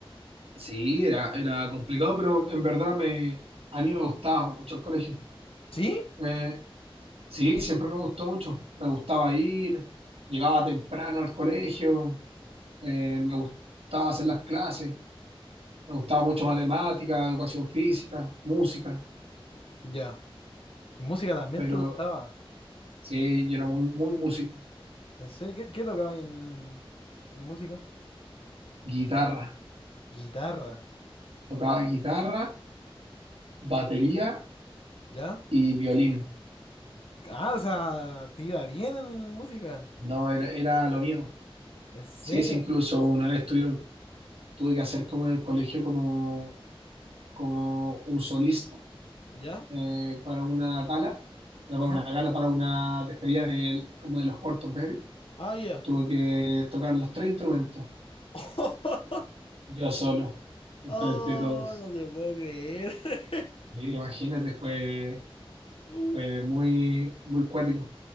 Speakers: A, on the right; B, on the left.
A: Sí, era, era complicado, pero en verdad me, a mí me gustaba mucho el colegio.
B: ¿Sí?
A: Eh, sí, siempre me gustó mucho. Me gustaba ir, llegaba temprano al colegio, eh, me gustaba hacer las clases, me gustaba
B: Pe-
A: mucho matemática, educación física, música,
B: Ya. ¿Y música también
A: pero
B: te gustaba?
A: Sí, yo era muy, muy músico.
B: ¿En serio? ¿Qué, qué tocaba en, en música?
A: Guitarra.
B: Guitarra.
A: Tocaba guitarra, batería
B: ¿Ya?
A: y violín.
B: Ah, o sea, te iba bien en música.
A: No, era, era lo mío.
B: ¿En serio?
A: Sí, sí, incluso una vez tuvieron, tuve que hacer como en el colegio como, como un solista
B: ¿Ya?
A: eh, para una gala. Era
B: Ajá.
A: para una gala, para una despedida del- como de los cuartos medios.
B: Ah, ya.
A: Tuve que tocar los tres instrumentos,
B: <laughs>
A: yo solo, enfrente
B: Oh,
A: de todos.
B: no te puedo creer. <laughs>
A: Sí, imagínate, fue,
B: Uh,
A: fue muy, muy cuático.